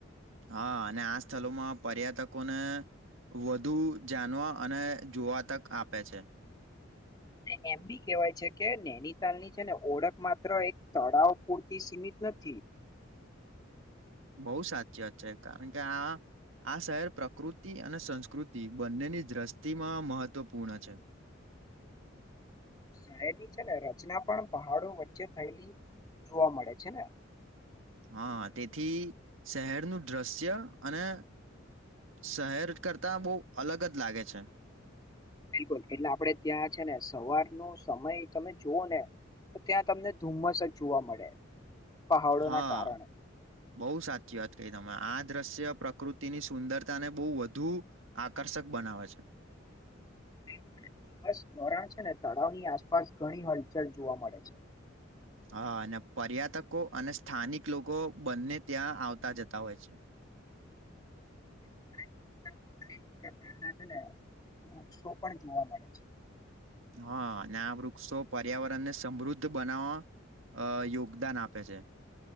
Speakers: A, on the right; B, on the left.
A: હા અને આ સ્થલોમાં પર્યટકોને વધુ જાનવા અને જોવા તક આપે છે.
B: અને એમ બી કેવાય છે કે નૈનીતાલની છે ને ઓળખ માત્ર એક તળાવ પૂર તી સીમિત નથી
A: બોવ સાચી વાત છે કારણ કે આ આ શહેર પ્રકૃતિ અને સંસ્કૃતિ બંનેની દ્રષ્ટિમાં મહત્વપૂર્ણ છે.
B: <inaudible> શહેરની છે ને રચના પણ પહાડો વચ્ચે થયેલી જોવા મળે છે ને
A: હા તેથી શહેરનું દ્રશ્ય અને શહેર કરતાં બો અલગ જ લાગે છે.
B: બિલકુલ એટલે આપડે ત્યાં છે ને સવારનો સમય તમે જુઓ ને તો ત્યાં તમને ધુમ્મસ જ જોવા મળે પહાડોના
A: હા
B: કારણે
A: બહુ સાચી વાત કહી તમે આ દ્રશ્ય પ્રકૃતિની સુંદરતા ને બોવ વધુ આકર્ષક બનાવે છે.
B: <inaudible> દિવસ દોરાણ છે ને તળાવની આસપાસ ઘણી હલચલ જોવા મળે છે.
A: હા અને પર્યટકો અને સ્થાનિક લોકો બંને ત્યાં આવતા જતા હોય છે.
B: <inaudible> અનેક પ્રકારના છે ને વૃક્ષો પણ જોવા મળે છે.
A: હા અને આ વૃક્ષો પર્યાવરણ ને સમૃદ્ધ બનાવવા અ યોગદાન આપે છે